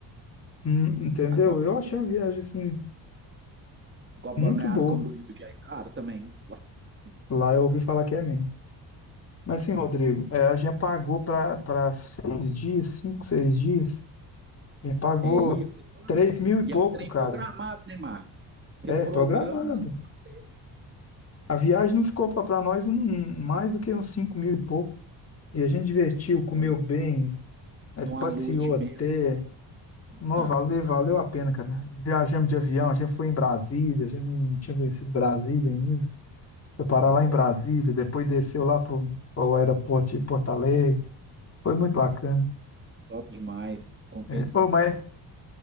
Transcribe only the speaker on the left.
hum, entendeu?
Eu achei a viagem assim
muito
boa.
Lá eu ouvi falar que é mesmo. Mas sim, Rodrigo, é, a gente pagou para para seis dias, cinco, seis dias. Me pagou
três mil e
pouco,
cara.
É,
programado.
A viagem não ficou para nós um- um, mais do que uns cinco mil e pouco. E a gente divertiu,
comeu
bem, é,
passeou
até.
Não, valeu, valeu a pena, cara. Viajamos de avião, a gente foi em Brasília, a gente não tinha conhecido Brasília ainda. Foi parar
lá em Brasília, depois desceu lá para o aeroporto de Porto Alegre. Foi muito bacana.
É, ô,
mas